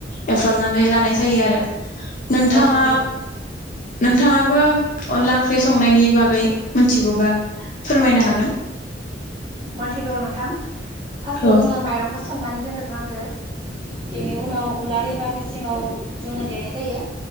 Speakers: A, on the left; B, on the right.
A: एवफ्रामनानै लानाय जायो आरो। नोंथाङा
B: औ नंगौ
A: नोंथाङाबो अनला ओंख्रि संनायनि बागै मिथिगौबा। फोरमायनो हागोन।
B: मोनथिगौ नोंथां। फार्स्टआव
A: औ
B: जोङो माइरंखौ सोमनानै दोनग्रोनांगो। बेनि उनाव उलार एबा मेसिङाव जोङो देनाय जायो।